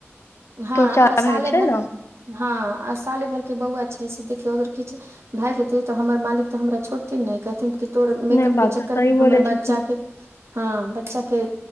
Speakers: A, on the right (about 70°); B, on the left (about 75°).
A: हँ
B: त्वचा
A: असाले
B: रहै छै
A: भर
B: ने
A: हँ आ साले भर के बौआ छै से देखियौ अगर किछ भए जेतै तऽ हमर मालिक तऽ हमरा छोड़थिन नय कहथिन कितोर मेकअप
B: नहि बात
A: के चक्कर
B: तऽ सही
A: में
B: बोलै
A: हमर बच्चा
B: छथिन
A: के हँ बच्चा के